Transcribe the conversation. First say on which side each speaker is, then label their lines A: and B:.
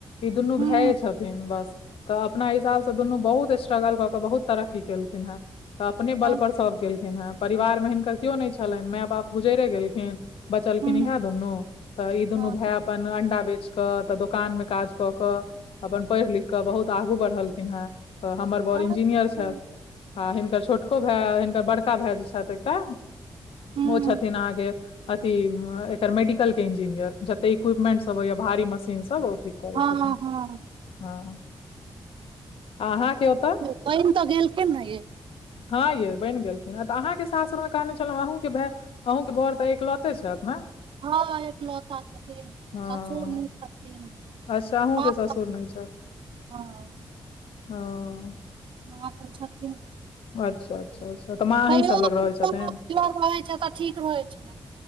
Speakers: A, on the left; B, on the right.
A: ई दुनू
B: हुँ
A: भाये छथिन बस तऽ अपना हिसाब से दुनू बहुत स्ट्रगल कऽ क बहुत तर की केलखिन हे तऽ अपने बल
B: अ
A: पर सब केलखिन हेँ परिवार मे हिनकर केओ नहि छलनि माय बाप गुजैरे गेलखिन बचलखिन
B: हुँ
A: इहे दुनू तऽ ई दुनू
B: हँ
A: भाय अपन अंडा बेच क तऽ दोकान मे काज कऽ कऽ अपन पढ़ि लिख कऽ बहुत आगू बढ़लखिन हेँ तऽ हमर बड़ इंजीनियर
B: अच्छा
A: छैथ आ हिनकर छोटको भाय हिनकर बड़का भाय जे छेथ एक टा
B: हुँ
A: ओ छथिन अहाँ के अथी एकर मेडिकल के इंजीनियर जते इक्विपमेंट सब होइए भारी मशीन सब ओ ठीक करै
B: हँ
A: छथिन
B: हँ
A: हँ अ अहाँ के ओतऽ
B: बहिन तऽ ग गेलेलख न ये
A: हँ ये बनि गेलखिन ह तऽ अहाँके सासुरमे कहने छलहुँ अहूँके भाय अहूँके बर तऽ एक लते छथि ने
B: हँ एक लोता छथिन
A: हँ
B: ससुर न छथिन
A: अच्छा अहूँ
B: माँ
A: के ससुर नहि छ
B: हँ
A: ह ओ
B: ह तऽति छथिन
A: अच्छा अच्छा अच्छा तऽ माँ अहीं
B: तैयो
A: सब
B: <unintelligible>
A: लग रहै छथिन
B: ठीक रहै छै